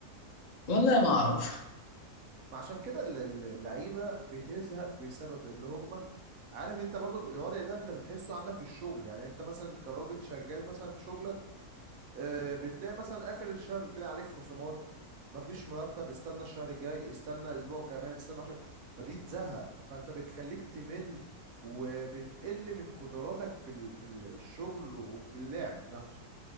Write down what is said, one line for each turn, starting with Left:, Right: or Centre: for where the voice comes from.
Left: والله ما اعرف
Right: ما عشان كده ال- ال- اللعيبه بتزهق بسبب اللي هم عارف انت برضو الوضع ده انت بتحسه عندك في الشغل يعني انت مثلا كراجل شغال مثلا في شغلك آه، بتلاقي مثلا اخر الشهر بتلاقي عليك خصومات مفيش مرتب استنى الشهر الجاي استنى اسبوع كمان استنى عشر فدي تزهق فانت بتخليك تمل وبتقل من قدراتك في ال... في الشغل وفي اللعب نفسه